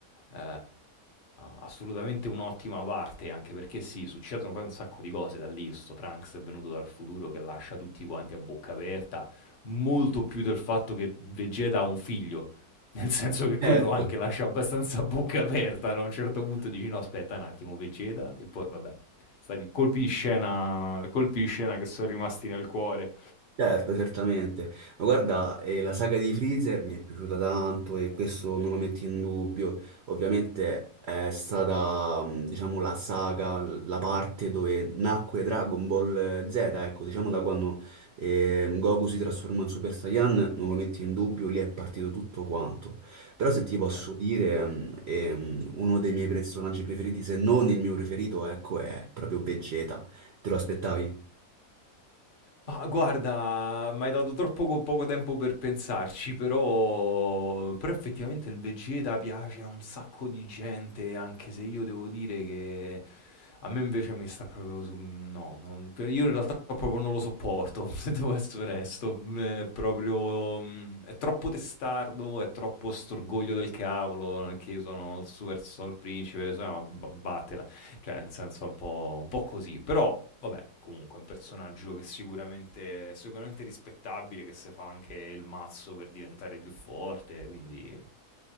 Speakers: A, on the left; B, on the right.
A: Eh, assolutamente un'ottima parte, anche perché sì, succedono poi un sacco di cose da lì. Sto Trunks è venuto dal futuro che lascia tutti quanti a bocca aperta, molto più del fatto che Vegeta ha un figlio. <laughs> Nel senso che quello
B: Certo,
A: anche lascia abbastanza a bocca aperta, no? A un certo punto dici no, aspetta un attimo, Vegeta, e poi vabbè, stati colpi di scena, colpi di scena che sono rimasti nel cuore.
B: Certo, certamente. Ma guarda, eh, la saga di Freezer mi è piaciuta tanto e questo non lo metto in dubbio. Ovviamente è stata, mh, diciamo, la saga, la parte dove nacque Dragon Ball Z, ecco, diciamo da quando eh, Goku si trasformò in Super Saiyan, non lo metto in dubbio, lì è partito tutto quanto. Però se ti posso
A: Eh,
B: dire, mh, eh, mh, uno dei miei personaggi preferiti, se non il mio preferito, ecco, è proprio Vegeta. Te lo aspettavi?
A: Ma guarda, m'hai dato troppo poco tempo per pensarci, però, però effettivamente il Vegeta piace a un sacco di gente, anche se io devo dire che a me invece mi sta proprio su... No, non- per- io in realtà proprio non lo sopporto, <laughs> se devo essere onesto. Mm, È proprio... mm, È troppo testardo, è troppo storgoglio del cavolo, non è che io sono il super sono il principe, so, ma b- battela. Cioè, nel senso, è un po', un po' così. Però, vabbè, comunque è un personaggio che sicuramente, sicuramente è rispettabile, che si fa anche il mazzo per diventare più forte, quindi...